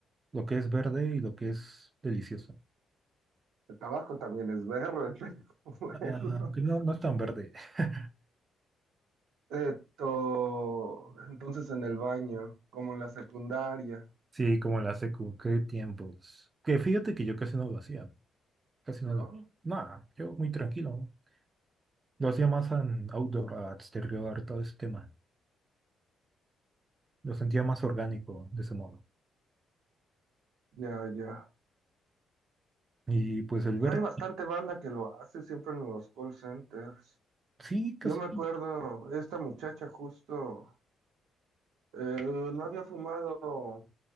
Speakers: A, on the right; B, on the right.
A: Lo que es verde y lo que es delicioso.
B: El tabaco también es verde, <laughs> pero bueno.
A: Ah, que no, no es tan verde. <laughs>
B: Esto, entonces en el baño, como en la secundaria,
A: Sí, como la secu, qué tiempos. Que fíjate que yo casi no lo hacía, casi
B: ¿no?
A: no lo... Nada, yo muy tranquilo. Lo hacía más en outdoor, a exterior, todo ese tema. Lo sentía más orgánico de ese modo.
B: Ya, ya.
A: Y pues el verde
B: Pues Hay bastante banda que lo hace siempre en los call centers.
A: sí, casi.
B: Yo me acuerdo, esta muchacha justo. Eh, no había fumado